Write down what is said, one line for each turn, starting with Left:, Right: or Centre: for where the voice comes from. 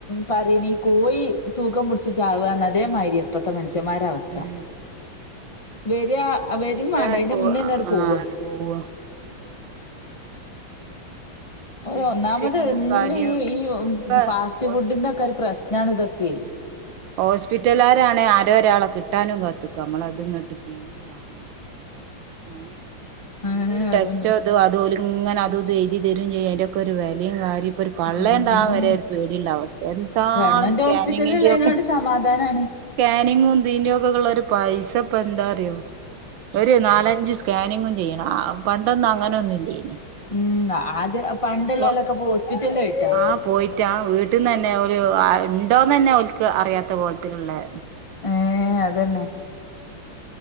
Left: പറിണിം കോയി തൂക്കം പിടിച്ച് ചാവാന്ന് അതേ മായ്രിയ ഇപ്പത്തെ മൻശന്മാരാവസ്ഥ.
Right: ഉം
Left: വേ രാ അ വരും
Right: വരിയാട്
Left: വാണ്ട അയ്ന്റെ
Right: പോ
Left: മുന്നേന്നാണ്ട്
Right: ആ
Left: പോവ
Right: പോവ
Left: ഓ
Right: ചികിത്സയും
Left: ഒന്നാമത് എല്ലാം
Right: കാര്യവും
Left: ഈ ഈ
Right: പിന്നൊക്കെ
Left: ഫാസ്റ്റ്
Right: ഹോസ്
Left: ഫുഡിന്റെ ഒക്കെ ഒരു പ്രശ്നാണ് ഇതൊക്കെ
Right: ഹോസ്പിറ്റലാരണേ ആരോ ഒരാളെ കിട്ടാനും കാത്ത്ക്ക നമ്മള അത് ഇങ്ങട്ട് പീഞ്ഞ് വാ ങ്ങാന് ഏ
Left: ഏഹ്
Right: എന്തോരു ടെസ്റ്റോ
Left: അതന്നെ.
Right: ഇത് അ തോല് ഇങ്ങനെ അതു ഇത് എഴുതി തരും ചെയ്യും, അയിന്റോക്കെ ഒരു വെലയും കാര്യം ഇപ്പോ ഒരു പള്ളയിണ്ടാവാൻ
Left: ഉം
Right: വരെ ഒരു പേടിയിള്ള അവസ്ഥ, എന്താളും
Left: ഗവൺമെന്റ്
Right: സ്കാനിങ്ങിന്റെ
Left: ഹോസ്പിറ്റല് ഇള്ളേനോട്
Right: ഒക്കെ
Left: സമാധാനാണ്.
Right: കാനിങ്ങും തീന്റോക്കൊക്കൊള്ള ഒരു പൈസ ഇപ്പ എന്താ പറയോ ഒരു നാലഞ്ച് സ്കാനിങ്ങും ചെയ്യണം ആ വ് പണ്ടൊന്നും അങ്ങനെയൊന്നും ഇല്ലേനി.
Left: ഉം ആദ്യ പണ്ടുള്ളോലൊക്കെ
Right: ഇപ്പോ
Left: ഇപ്പൊ ഹോസ്പിറ്റലിലായിട്ടാ.
Right: ആ പോയിട്ടാ വീട്ടിൽന്ന് തന്നെ ഒരു ആ ഇണ്ടോന്ന് തന്നെ ഓൽ ക്ക് അറിയ ത്തെ പോലത്തിലുള്ളെ
Left: ഏ അ തന്നെ